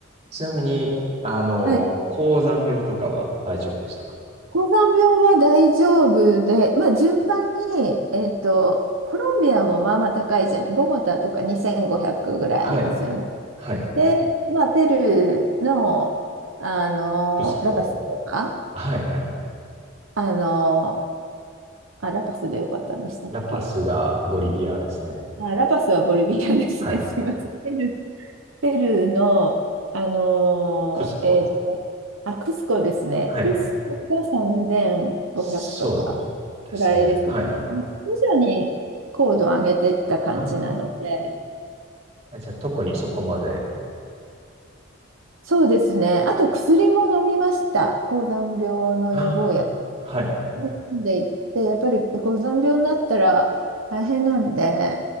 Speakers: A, on the right; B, on the right.
A: ちなみに、あの、
B: はい。
A: 高山病とかは大丈夫でしたか
B: 高山病は大丈夫で、まあ順番に、えっと、コロンビアもまあまあ高いじゃない。ボゴタとか2500ぐらいありますよね。
A: はい。はい。
B: で、まあペルーの、あの、
A: クスコ。
B: ラパスとか、
A: はいはい。
B: あの、あ、ラパスでよかったんでしたっけ
A: ラパスがボリビアですね。
B: あ、ラパスはボリビアですね。
A: はい。
B: <laughs> すいません。ペルー、ペルーの、あのーえーと、
A: クスコですか。
B: あ、クスコですね。
A: はい。
B: クスコが3500とかぐらいですよね。
A: そうですね。はい。
B: 徐々に高度を上げていった感じなので、
A: ああ。じゃあ特にそこまで。
B: そうですね。あと薬も飲みました。高山病の予防薬。
A: ああ。はい。
B: 飲んでいって、やっぱり高山病になったら大変なんで、